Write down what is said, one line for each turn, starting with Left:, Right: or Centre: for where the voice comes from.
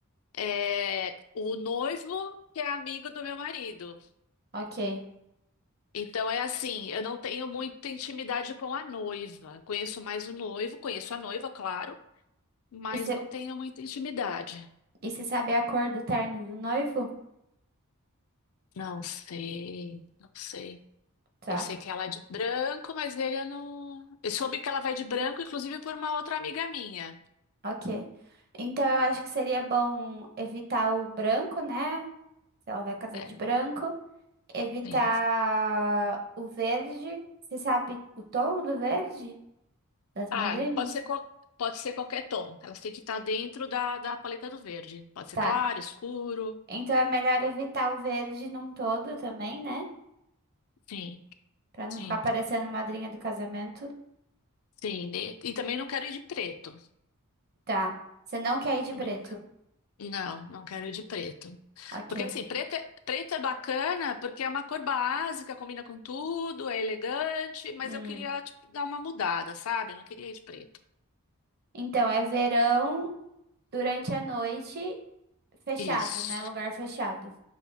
Left: é o noivo que é amigo do meu marido.
Right: Ok.
Left: Então é assim, eu não tenho muita intimidade com a noiva. Conheço mais o noivo, conheço a noiva, claro, mas
Right: E você
Left: não tenho muita intimidade.
Right: e você sabe a cor do terno do noivo?
Left: Não sei, não sei.
Right: Tá.
Left: Eu sei que ela é de branco, mas ele eu não. Eu soube que ela vai de branco, inclusive por uma outra amiga minha.
Right: Ok. Então eu acho que seria bom evitar o branco, né? Se ela vai casar
Left: É,
Right: de branco. Evitar
Left: sim.
Right: o verde. Você sabe o tom do verde das madrinhas?
Left: Ah, e pode ser, qual- pode ser qualquer tom. Elas têm que estar dentro da, da paleta do verde. Pode ser
Right: Tá.
Left: claro, escuro.
Right: Então é melhor evitar o verde num todo também, né?
Left: Sim,
Right: Pra não
Left: sim,
Right: ficar parecendo a madrinha do casamento.
Left: sim. E, e também não quero ir de preto.
Right: Tá. Você não quer ir de
Left: Também
Right: preto.
Left: não quero. Não, não quero de preto.
Right: Ok.
Left: Porque assim, preto é, preto é bacana porque é uma cor básica, combina com tudo, é elegante, mas
Right: Hum.
Left: eu queria, tipo, dar uma mudada, sabe? Não queria ir de preto.
Right: Então é verão durante a noite, fechado,
Left: Isso.
Right: né? Lugar fechado.